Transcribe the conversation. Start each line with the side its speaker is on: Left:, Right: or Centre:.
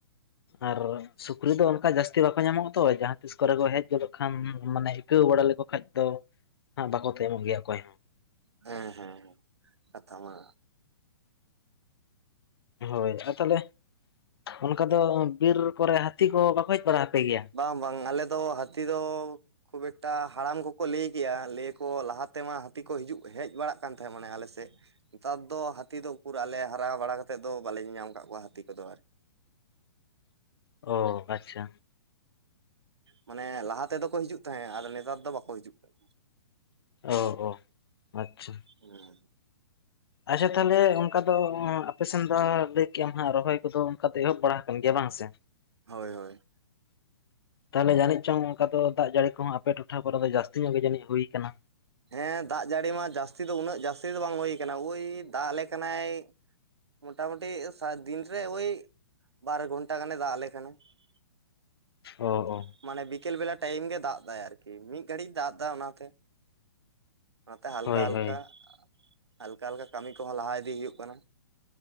Left: ᱟᱨ ᱥᱩᱠᱨᱤ ᱫᱚ ᱚᱱᱠᱟ ᱡᱟᱹᱥᱛᱤ ᱵᱟᱠᱚ ᱧᱟᱢᱚᱜᱼᱟ ᱛᱚ ᱡᱟᱦᱟᱸ ᱛᱤᱱᱟᱹᱜ ᱤᱥ ᱠᱚᱨᱮ ᱠᱚ ᱦᱮᱡ ᱜᱚᱫᱚᱜ ᱠᱷᱟᱱ ᱢᱟᱱᱮ ᱟᱹᱭᱠᱟᱹᱣ ᱵᱟᱲᱟ ᱞᱮᱠᱚ ᱠᱷᱟᱱᱡ ᱫᱚ ᱵᱟᱠᱚ ᱛᱟᱭᱚᱢᱚᱜ ᱜᱮᱭᱟ ᱚᱠᱚᱭ ᱦᱚᱸ
Right: ᱦᱮᱸ ᱦᱮᱸ ᱠᱟᱛᱷᱟ ᱢᱟ
Left: ᱦᱳᱭ ᱛᱟᱦᱚᱞᱮ ᱚᱱᱠᱟ ᱫᱚ ᱵᱤᱨ ᱠᱚᱨᱮ ᱦᱟᱹᱛᱤ ᱠᱚ ᱵᱟᱠᱚ ᱦᱮᱡ ᱵᱟᱲᱟ ᱟᱯᱮ ᱜᱮᱭᱟ?
Right: ᱵᱟᱝ - ᱵᱟᱝ ᱟᱞᱮᱫᱚ ᱦᱟᱹᱛᱤ ᱫᱚ <unintelligible> ᱦᱟᱲᱟᱢ ᱠᱚᱠᱚ ᱞᱟᱹᱭ ᱠᱮᱭᱟ ᱞᱟᱹᱭ ᱟᱠᱚ ᱞᱟᱦᱟ ᱛᱮ ᱢᱟ ᱦᱟᱹᱛᱤ ᱠᱚ ᱦᱤᱡᱩᱜ ᱦᱮᱡ ᱵᱟᱲᱟᱜ ᱠᱟᱱ ᱛᱟᱦᱮᱸᱜ ᱢᱟᱱᱮ ᱟᱞᱮ ᱥᱮᱫ᱾ ᱱᱮᱛᱟᱨ ᱫᱚ ᱦᱟᱹᱛᱤ ᱫᱚ ᱩᱠᱩᱨ ᱟᱞᱮ ᱦᱟᱨᱟ ᱵᱟᱲᱟ ᱠᱟᱛᱮᱫ ᱫᱚ ᱵᱟᱞᱮ ᱧᱮᱞᱧᱟᱢ ᱠᱟᱜ ᱠᱚᱣᱟ ᱦᱟᱹᱛᱤ ᱠᱚᱫᱚ᱾ ᱟᱨᱠᱤ
Left: ᱚ ᱟᱪᱪᱷᱟ᱾
Right: ᱢᱟᱱᱮ ᱞᱟᱦᱟ ᱛᱮᱫᱚ ᱠᱚ ᱦᱤᱡᱩᱜ ᱛᱟᱦᱮᱸᱜ ᱟᱫᱚ ᱱᱮᱛᱟᱨ ᱫᱚ ᱵᱟᱠᱚ ᱦᱤᱡᱩᱜ ᱠᱟᱱᱟ᱾
Left: ᱚ ᱦᱚ ᱟᱪᱪᱷᱟ᱾
Right: ᱦᱮᱸ
Left: ᱟᱪᱪᱷᱟ ᱛᱟᱞᱦᱮ ᱚᱱᱠᱟ ᱫᱚ ᱟᱯᱮ ᱥᱮᱱ ᱫᱚ ᱞᱟᱹᱭ ᱠᱮᱭᱟᱢ ᱦᱟᱸᱜ ᱨᱚᱦᱚᱭ ᱠᱚᱫᱚ ᱚᱱᱠᱟ ᱫᱚ, ᱮᱦᱚᱵ ᱵᱟᱲᱟ ᱠᱟᱱ ᱜᱮᱭᱟ ᱵᱟᱝ ᱥᱮ?
Right: ᱦᱳᱭ ᱦᱳᱭ
Left: ᱛᱟᱦᱚᱞᱮ ᱡᱟᱹᱱᱤᱡ ᱪᱚᱝ ᱚᱱᱠᱟ ᱫᱚ ᱫᱟᱜ ᱡᱟᱹᱲᱤ ᱠᱚᱦᱚᱸ ᱟᱯᱮ ᱴᱚᱴᱷᱟ ᱠᱚᱨᱮ ᱫᱚ ᱡᱟᱹᱥᱛᱤ ᱧᱚᱜ ᱜᱮ ᱡᱟᱹᱱᱤᱡ ᱦᱩᱭ ᱟᱠᱟᱱᱟ?
Right: ᱦᱮᱸ ᱫᱟᱜ ᱡᱟᱹᱲᱤ ᱢᱟ ᱡᱟᱹᱥᱛᱤ ᱫᱚ ᱩᱱᱟᱹᱜ ᱡᱟᱹᱥᱛᱤ ᱫᱚ ᱵᱟᱝ ᱦᱩᱭ ᱠᱟᱱᱟ, ᱳᱭ ᱫᱟᱜ ᱟᱞᱮ ᱠᱟᱱᱟᱭ ᱢᱚᱴᱟ ᱢᱩᱴᱤ ᱥᱟᱛ ᱫᱤᱱ ᱨᱮ ᱚᱭ <inaudible> ᱵᱟᱨ ᱜᱷᱚᱱᱴᱟ ᱜᱟᱱᱮ ᱫᱟᱜ ᱟᱞᱮ ᱠᱟᱱᱟ᱾ <inaudible>
Left: ᱚ - ᱚ
Right: ᱢᱟᱱᱮ ᱵᱤᱠᱮᱞ ᱵᱮᱞᱟ ᱴᱟᱭᱤᱢ ᱜᱮ ᱫᱟᱜ ᱮᱫᱟᱭ ᱟᱨᱠᱤ ᱢᱤᱫ ᱜᱷᱟᱹᱲᱤᱡ ᱫᱟᱜ ᱮᱫᱟ ᱚᱱᱟ ᱛᱮ᱾ ᱚᱱᱟᱛᱮ ᱦᱟᱞᱠᱟ
Left: ᱦᱳᱭ
Right: - ᱦᱟᱞᱠᱟ
Left: ᱦᱳᱭ
Right: <inaudible> ᱦᱟᱞᱠᱟ - ᱦᱟᱞᱠᱟ ᱠᱟᱹᱢᱤ ᱠᱚᱦᱚᱸ ᱞᱟᱦᱟ ᱤᱫᱤ ᱦᱩᱭᱩᱜ ᱠᱟᱱᱟ᱾